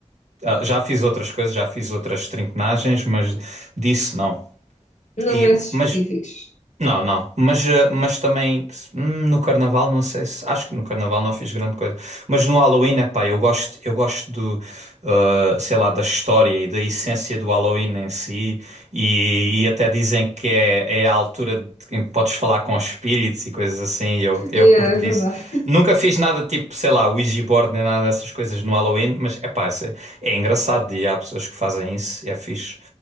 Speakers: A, on the right; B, on the left.
A: Ah, já fiz outras coisas, já fiz outras trinquenagens, mas disso não.
B: não
A: E,
B: é esses
A: mas
B: específicos.
A: não, não, mas, eh, mas também hum, no Carnaval, não sei se. Acho que no Carnaval não fiz grande coisa. Mas no Halloween, epá, eu gosto, eu gosto do, eh, sei lá, da história e da essência do Halloween em si. E, e até dizem que é, é a altura de- em que podes falar com espíritos e coisas assim. e Eu, eu
B: Yeah,
A: curto
B: é
A: disso.
B: verdade.
A: Nunca fiz nada tipo, sei lá, Ouija board nem nada dessas coisas no Halloween, mas epá, é, é engraçado e há pessoas que fazem isso e é fixe.